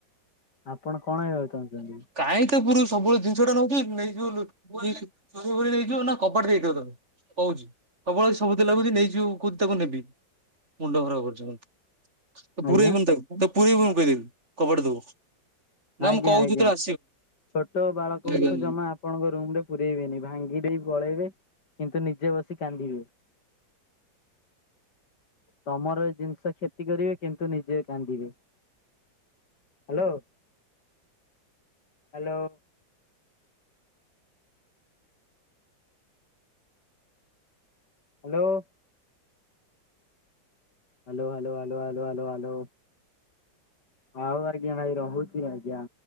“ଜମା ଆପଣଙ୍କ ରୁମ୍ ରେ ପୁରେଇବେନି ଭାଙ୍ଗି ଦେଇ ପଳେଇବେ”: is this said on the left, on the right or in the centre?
Left